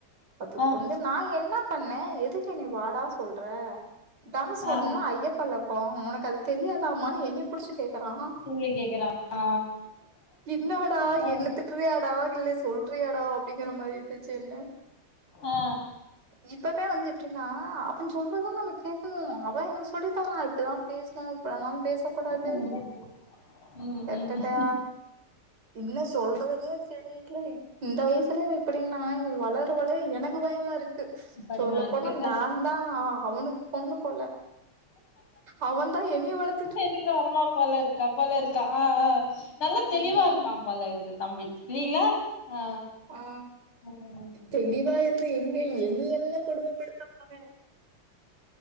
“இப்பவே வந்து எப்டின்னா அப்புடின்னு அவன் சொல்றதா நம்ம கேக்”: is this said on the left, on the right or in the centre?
Right